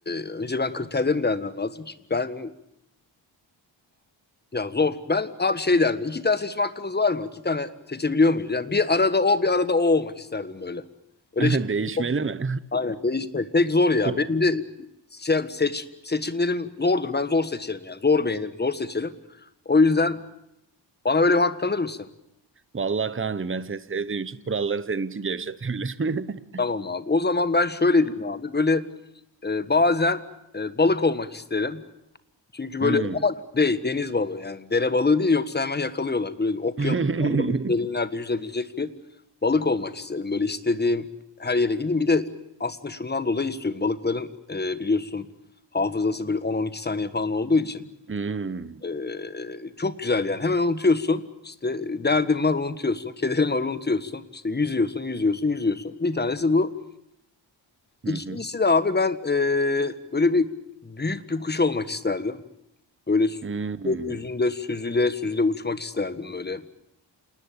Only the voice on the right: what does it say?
<laughs>
Değişmeli
mi?
<laughs> Kur-
Vallahi Kaan'cığım ben seni sevdiğim için kuralları senin için gevşetebilirim. <laughs>
Hmm.
<laughs>
Hmm.
Hı hı.
Hmm.